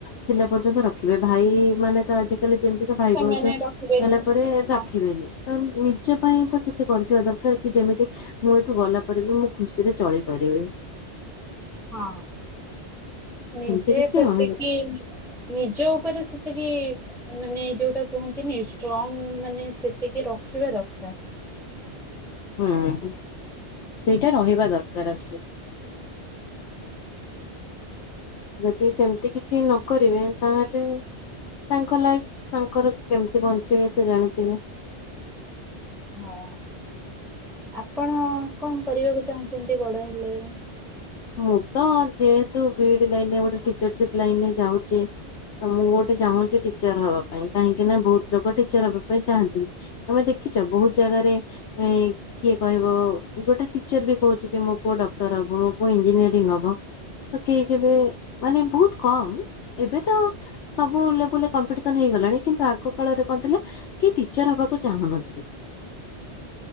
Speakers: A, on the left (about 80°); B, in the centre.
A: ଥିଲା ପର୍ଯ୍ୟନ୍ତ ରଖିବେ ଭାଇ ମାନେ ତ ଆଜି ତାହେଲେ ଯେମିତିକା ଭାଇ
B: ସେମାନେ
A: ଭାଉଜ
B: ରଖିବେନି
A: ହେଲା ପରେ ରଖିବେନି।
B: ହଁ
A: ତ ନିଜ ପାଇଁ ତ କିଛି କରିଥିବା ଦରକାର କି ଯେମିତି ମୁଁ ଏଠୁ ଗଲା ପରେ ବି ମୁଁ ଖୁସିରେ ଚଳିପାରିବି ।
B: ହଁ। ନିଜେ
A: ସେମିତି କିଛି
B: ସେତିକି
A: ରହେ
B: ନିଜ ଉପରେ ସେତିକି ମାନେ ଯୋଉଟା କୁହନ୍ତିନି ଷ୍ଟ୍ରଙ୍ଗ ମାନେ ସେତିକି ରଖିବା ଦରକାର ।
A: ହୁଁ ସେଇଟା ରହିବା ଦରକାର ଆ ଯଦି ସେମିତି କିଛି ନ କରିବେ ତାହେଲେ ତାଙ୍କ ଲାଇଫ ତାଙ୍କର କେମିତି ବଞ୍ଚିବେ ସେ ଜାଣିଥିବେ ।
B: ହଁ ଆପଣ କଣ କରିବାକୁ ଚାହୁଁଛନ୍ତି ବଡ ହେଲେ?
A: ମୁଁ ତ ଯେହେତୁ ବି ଇଡି ଲାଇନରେ ଗୋଟେ ଟିଚରସିପ ଲାଇନରେ ଯାଉଛି ତ ମୁଁ ଗୋଟେ ଚାହୁଁଛି ଟିଚର ହବା ପାଇଁ କାହିଁକି ନା ବହୁତ ଲୋକ ଟିଚର ହବା ପାଇଁ ଚାହାନ୍ତିନି। ତମେ ଦେଖିଛ ବହୁତ ଜାଗାରେ ଏ କିଏ କହିବ, ଗୋଟେ ଟିଚର ବି କହୁଛି, କି ମୋ ପୁଅ ଡ ଗ୍ରୁପୁ ଇଞ୍ଜିନିୟରି ହବ, ତ କେହି କେବେ ମାନେ ବହୁତ କମ, ଏବେ ତ ସବୁ ଲେବୁଲ ରେ କମ୍ପିଟିସନ୍ ହେଇଗଲାଣି, କିନ୍ତୁ ଆଗ କାଳରେ କଣଥିଲା, କି ଟିଚର ହବାକୁ ଚାହୁଁନଥିଲେ,